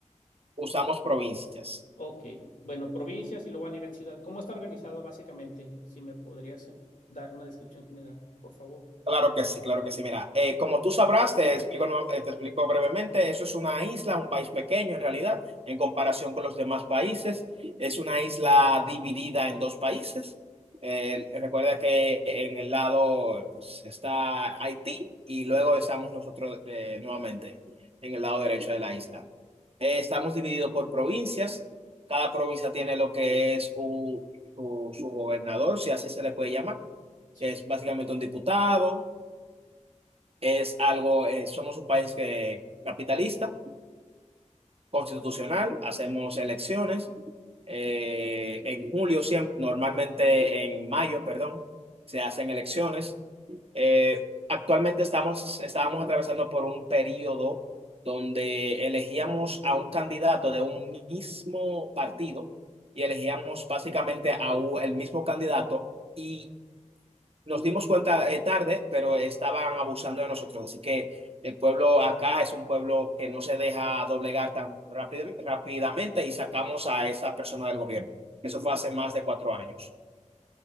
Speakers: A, on the right; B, on the left.
A: Usamos provincias.
B: Ok, bueno, provincias y luego a nivel ciudad. ¿Cómo está organizado básicamente? Si me podrías em, dar una descripción general, por favor.
A: Claro que sí, claro que sí. Mira, eh, como tú sabrás, te explico, nueva- eh, te explico brevemente, eso es una isla, un país pequeño en realidad, en comparación con los demás países. Es una isla dividida en dos países. Eh, recuerda que en el lado eh, pues, está Haití y luego estamos nosotros eh, nuevamente en el lado derecho de la isla. Eh, estamos divididos por provincias. Cada provincia tiene lo que es un- su su gobernador, si así se le puede llamar,
B: Sí.
A: que es básicamente un diputado es algo, eh, somos un país que- capitalista, constitucional, hacemos elecciones. eh, en julio siempre, normalmente en mayo, perdón, se hacen elecciones. Eh, actualmente estamos, estábamos atravesando por un periodo donde elegíamos a un candidato de un mismo partido y elegíamos básicamente a u- el mismo candidato. Y nos dimos cuenta eh, tarde, pero estaban abusando de nosotros. Así que el pueblo acá es un pueblo que no se deja doblegar tan rápid- rápidamente y sacamos a esa persona del gobierno. Eso fue hace más de cuatro años.